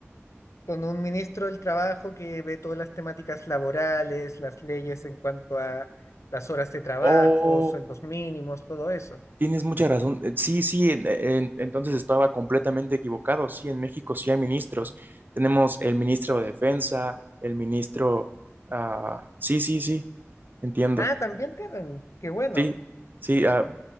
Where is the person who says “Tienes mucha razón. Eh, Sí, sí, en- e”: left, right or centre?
Right